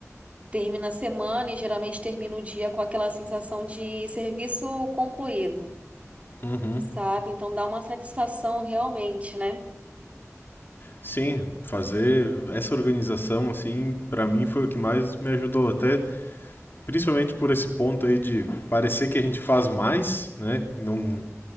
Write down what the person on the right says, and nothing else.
termina a semana e geralmente termina o dia com aquela sensação de serviço concluído,
sabe? Então dá uma satisfação realmente, né?